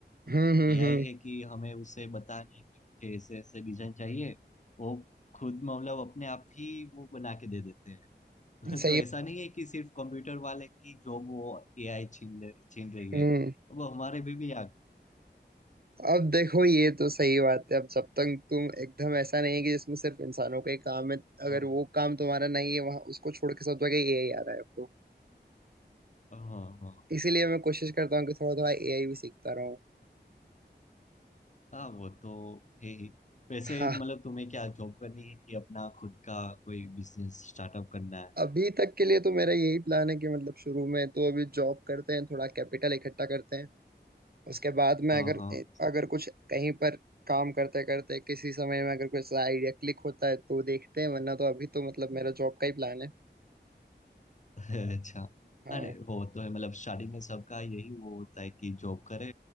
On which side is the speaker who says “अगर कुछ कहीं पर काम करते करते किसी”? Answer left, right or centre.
Right